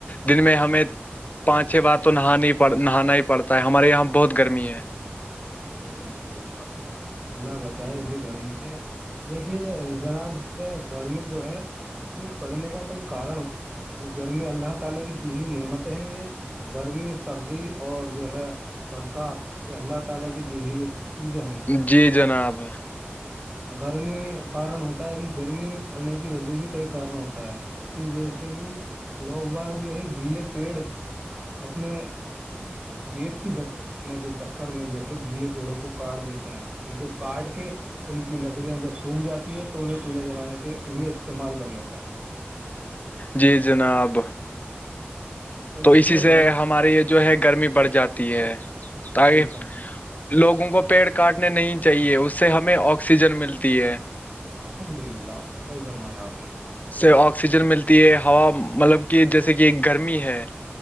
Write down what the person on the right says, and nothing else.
جی
<unintelligible> اللہ بچائے اسی گرمی سے دیکھیے جناب جو ہے گرمی جو ہے یہ پڑھنے کا کوئی کارن ہوتا گرمی اللہ تعالی کی دی نعمتیں ہیں یہ گرمی سردی اور جو ہے برسات یہ حلت تالی کی دی ہے
گرمی کارن ہوتا ہے کہ گرمی پڑنے کی وجہ بھی کئی کارن ہوتا ہے کہ جیسے کہ لوگ باگ جو ہے گیلے پیڑ اپنے گیس کی بچت کرنے کے چکر میں جو گیلے پیڑوں کو کاٹ دیتا ہے ان کو کاٹ کے ان کی لکڑیاں جب سوکھ جاتی ہے تو انہیں چولہے جلانے کے لیے استعمال کر لیتا ہے
دیکھیے
غلط
ہے،
الحمد للہسا ہی فرمایا آپ نے